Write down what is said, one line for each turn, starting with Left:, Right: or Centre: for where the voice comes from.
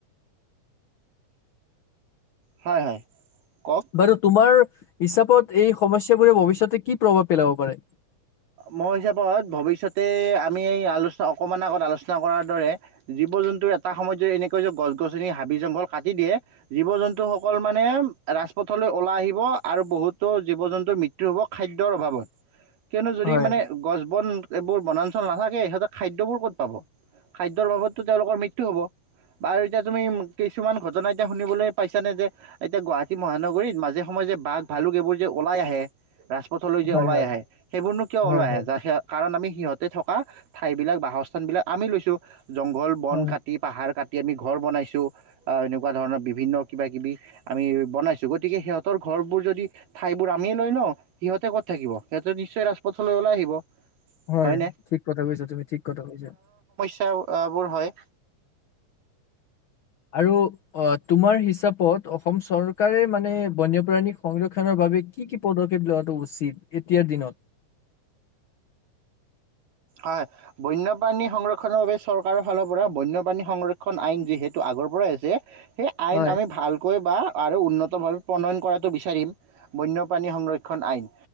Right: হয় হয় কওক।
Left: বাৰু তোমাৰ হিচাপত এই সমস্যাবোৰে ভৱিষ্যতে কি প্ৰভাৱ পেলাব পাৰে
Right: মই হিচাপত ভৱিষ্যতে আমি এই আলোচনা অকণমান আগত আলোচনা কৰাৰ দৰে জীৱ জন্তুৰ এটা সময়ত যদি এনেকৈ যে গছ গছনি হাবি জংঘল কাটি দিয়ে জীৱ জন্তুসকল মানে ৰাজপথলৈ ওলাই আহিব আৰু বহুতো জীৱ জন্তুৰ মৃত্যু হ'ব খাদ্যৰ অভাৱত কিয়নো যদি
Left: হয়,
Right: মানে গছ বন এইবোৰ বনাঞ্চল নাথাকে সিহঁতেৰ খাদ্যবোৰ ক'ত পাব খাদ্যৰ বাবততো তেওঁলোকৰ মৃত্যু হ'ব বাৰু এতিয়া তুমি কিছুমান ঘটনা এতিয়া শুনিবলৈ পাইছানে যে এতিয়া গুৱাহাটী মহানগৰীত মাজে সময়ে যে বাঘ ভালুক এইবোৰ যে ওলাই আহে ৰাজপথলৈ যে
Left: হয়,
Right: ওলাই
Left: হয়,
Right: আহে সেইবোৰনো কিয়
Left: হয়,
Right: ওলাই
Left: হয়,
Right: আহে য কাৰণ আমি সিহঁতে থকা ঠাইবিলাক বাসস্থানবিলাক আমি লৈছোঁ জংঘল বন
Left: হয়,
Right: কাটি পাহাৰ কাটি আমি ঘৰ বনাইছোঁ এনেকুৱা ধৰণৰ বিভিন্ন কিবা কিবি আমি বনাইছোঁ গতিকে সিহঁতৰ ঘৰবোৰ যদি ঠাইবোৰ আমিয়ে লৈ লওঁ সিহঁতে ক'ত থাকিব সিহঁত যদি নিশ্চয় ৰাজপথলৈ ওলাই আহিব
Left: হয়
Right: হয়নে
Left: ঠিক কথা কৈছা তুমি ঠিক কথা কৈছা
Right: বোৰ হয়
Left: আৰু তোমাৰ হিচাপত অসম চৰকাৰে মানে বন্যপ্ৰাণী সংৰক্ষণৰ বাবে কি কি পদক্ষেপ লোৱাটো উচিত এতিয়াৰ দিনত।
Right: হয় বন্যপ্ৰাণী সংৰক্ষণৰ বাবে চৰকাৰৰ ফালৰ পৰা বন্যপ্ৰাণী সংৰক্ষণ আইন যিহেতু আগৰ পৰাই আছে সেই আইন
Left: হয়।
Right: আমি ভালকৈ বা আৰু উন্নতভাৱে প্ৰণয়ন কৰাটো বিচাৰিম বন্যপ্ৰাণী সংৰক্ষণ আইন,